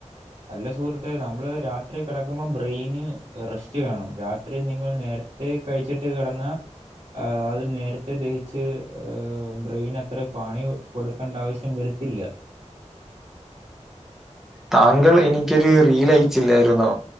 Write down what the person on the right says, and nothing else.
അല്ല സുഹൃത്തെ നമ്മള് രാത്രി കെടക്കുമ്പം ബ്രെയ്ന് റെസ്റ്റ് വേണം രാത്രി നിങ്ങൾ നേരത്തെ കഴിച്ചിട്ട് കെടന്നാ ആഹ് അത് നേര ത്തെ ദെഹിച്ച് ഏഹ് ബ്രെയിനത്ര പണി കൊടുക്കണ്ട ആവശ്യം വരത്തില്ല.